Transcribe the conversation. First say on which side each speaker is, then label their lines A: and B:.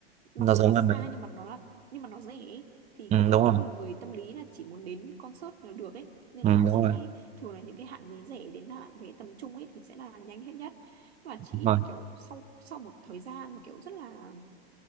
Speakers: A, on the right (about 80°); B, on the right (about 20°).
A: mặc
B: nó
A: dù
B: giống
A: là xa
B: với mấy.
A: nhưng mà nó là nhưng mà nó rẻ ấy. thì
B: Ừ,
A: kiểu
B: đúng rồi.
A: có nhiều người tâm lý là chỉ muốn đến concert là được ấy nên
B: Ừ,
A: là họ
B: đúng
A: sẽ
B: rồi.
A: thường là những cái hạng vé rẻ đến hạng vé tầm trung ấy thì sẽ là nhanh hết nhất và
B: Đúng
A: chị
B: rồi.
A: ấy là kiểu sau sau một thời gian mà kiểu rất là